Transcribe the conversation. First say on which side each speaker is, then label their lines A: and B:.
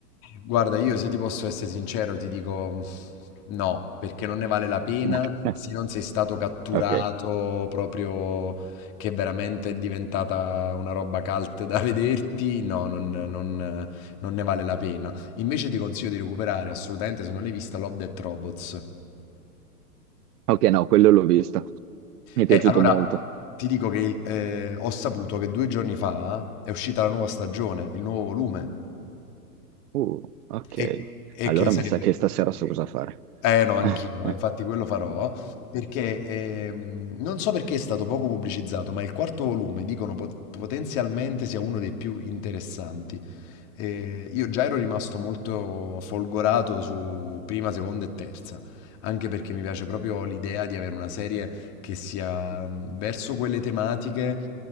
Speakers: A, on the left; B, on the right.
A: guarda, io se ti posso essere sincero, ti dico mm, no, perché non ne vale la pena
B: <laughs>
A: se non sei stato catturato
B: Ok,
A: proprio che veramente è diventata una roba cult da vederti, no, non, non- non ne vale la pena. Invece ti consiglio di recuperare assolutamente, se non l'hai vista, Love Death Robots.
B: ok, no, quello l'ho visto. Mi è
A: E
B: piaciuto
A: allora
B: molto.
A: ti dico che il- eh, ho saputo che due giorni fa è uscita la nuova stagione, il nuovo volume.
B: Uh, ok.
A: E e
B: Allora
A: che sarebbe
B: mi sa che stasera so cosa fare.
A: Eh no, anch'io,
B: <laughs>
A: ma infatti quello farò, perché ehm, non so perché è stato poco pubblicizzato, ma il quarto volume dicono pot- potenzialmente sia uno dei più interessanti. E io già ero rimasto molto folgorato su prima, seconda e terza, anche perché mi piace proprio l'idea di avere una serie che sia mh, verso quelle tematiche,